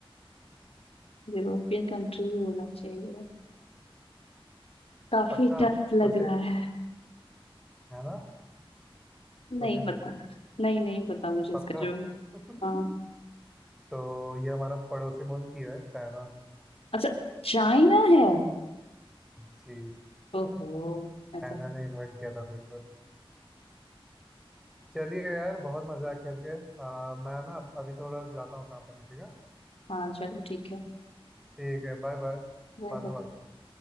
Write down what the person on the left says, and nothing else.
यूरोपियन कंट्री ही होना चाहिए काफी
टफ
लग रहा है
नहीं
पता नहीं नहीं पता मुझे
इसका जवाब
हाँ
अच्छा चाइना है
ओहो मैं
तो
हाँ चलो ठीक है
मैं
तो-